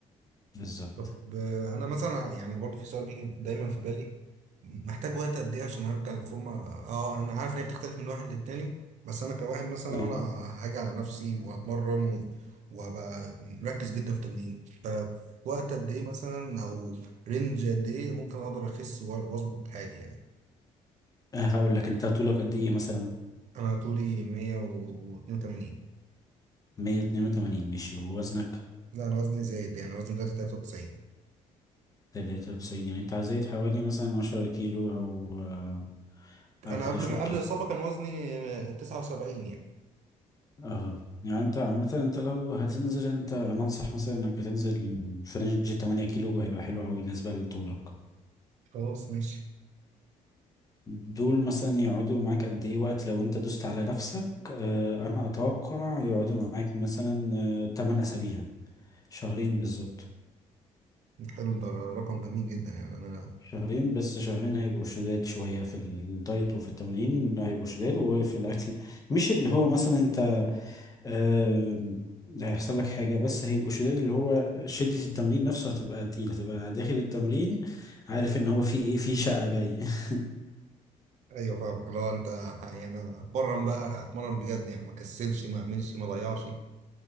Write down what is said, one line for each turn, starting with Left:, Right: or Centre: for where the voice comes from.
Left: بالظبط
Right: طب آه، انا مثلا آه، يعني برضو في سؤال بيجي دايما في بالي محتاج وقت قد ايه عشان ارجع للفورمه اه انا عارف ان هي بتختلف من واحد للتاني بس انا كواحد مثلا
Left: اه
Right: انا هاجي على نفسي وهتمرن و- وهبقى مركز جدا في التمرين فوقت قد ايه مثلا او رينج قد ايه ممكن اقدر اخس و- واظبط حالي يعني
Left: آه، هقول لك انت طولك قد ايه مثلا
Right: انا طولي 182
Left: 182 ماشي ووزنك
Right: لا انا وزني زايد يعني وزني دلوقتي 93
Left: 93 يعني انت زايد حوالي مثلا 10 كيلو او آه،
Right: انا
Left: او 11
Right: قبل ما قبل الاصابه كان وزني آه، 79 يعني
Left: اه يعني انت عامة انت لو هتنزل انت انا انصح مثلا انك هتنزل في رينج 8 كيلو هيبقى حلو قوي بالنسبة لطولك
Right: خلاص ماشي
Left: دول مثلا يقعدوا معاك قد ايه وقت لو انت دوست على نفسك اه انا اتوقع يقعدوا معاك مثلا اه 8 اسابيع شهرين بالظبط
Right: حلو ده رقم جميل جدا يعني انا
Left: شهرين بس شهرين هيبقوا شداد شوية في الدايت وفي التمرين هيبقوا شداد وفي الاكل مش اللي هو مثلا انت آم، لا هيحصل لك حاجة بس هيبقوا شداد اللي هو شدة التمرين نفسه هتبقى تقيلة تبقى داخل التمرين عارف ان هو في ايه في شقة جاي <laughs>
Right: ايوه فاهمك لو انت يعني انا اتمرن بقى اتمرن بجد يعني ما كسلش ما اعملش ما ضيعش